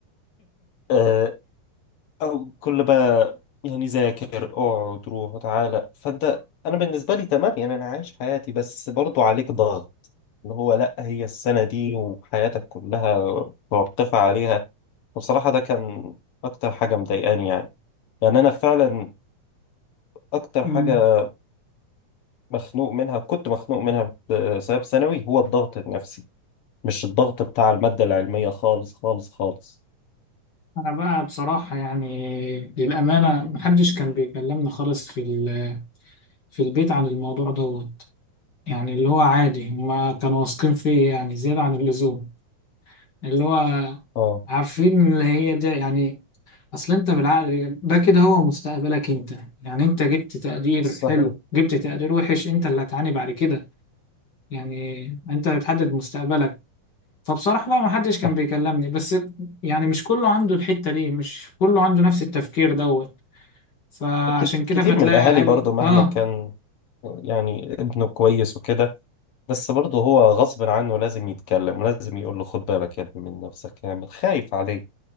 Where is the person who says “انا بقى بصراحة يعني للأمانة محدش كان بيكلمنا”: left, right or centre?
Left